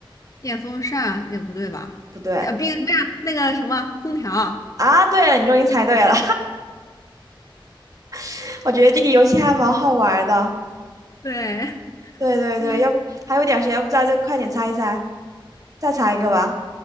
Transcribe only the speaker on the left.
电风扇也不对吧？
啊，冰不是那个什么空调，
对，
嗯，